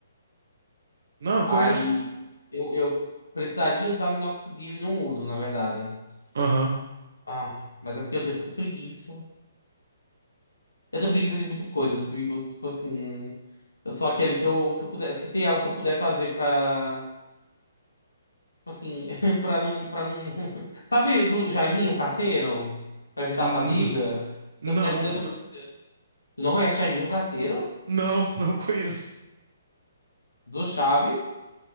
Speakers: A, on the right; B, on the left.
A: Não, eu conheço.
B: Aí eu, eu precisaria usar minoxidil e não uso, na verdade.
A: Aham.
B: Ah, mas é porque eu tenho tanta preguiça. Eu tenho preguiça de muitas coisas, fico, tipo assim. Eu sou aquele que eu, se eu puder, se tem algo que eu puder fazer pra, tipo assim, <laughs> pra não, pra não. <laughs> Sabe o Jaiminho, o carteiro? Pra evitar
A: N-
B: a fadiga?
A: Não,
B: Eu, é- eu tô- tu não conhece Jaiminho, o carteiro?
A: <laughs> não, não conheço.
B: Do Chaves?